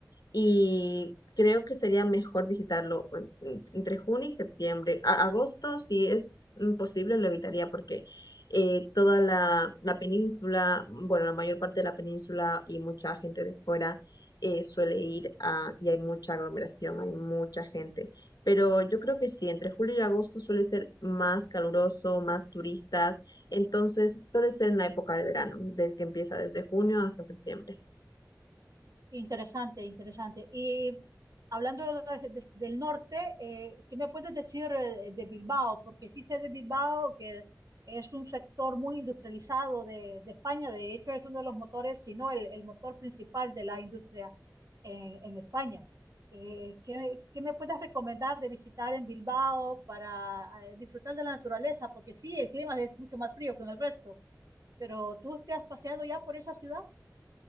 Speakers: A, on the left (about 65°); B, on the right (about 55°).
A: y creo que sería mejor visitarlo en- en- entre junio y septiembre. A- agosto, si es posible, lo evitaría porque eh, toda la, la península, bueno, la mayor parte de la península y mucha gente de fuera eh, suele ir a, y hay mucha aglomeración, hay mucha gente. Pero yo creo que sí, entre julio y agosto suele ser más caluroso, más turistas, entonces puede ser en la época de verano, de que empieza desde junio hasta septiembre.
B: Interesante, interesante. Y hablando de- de- del norte, eh, ¿qué me puedes decir eh, de Bilbao? Porque sí sé de Bilbao que es un sector muy industrializado de, de España. De hecho, es uno de los motores, si no el, el motor principal de la industria en, en España. Eh, ¿qué, qué me puedes recomendar de visitar en Bilbao para eh, disfrutar de la naturaleza? Porque sí, el clima es mucho más frío que en el resto, pero ¿tú te has paseado ya por esa ciudad?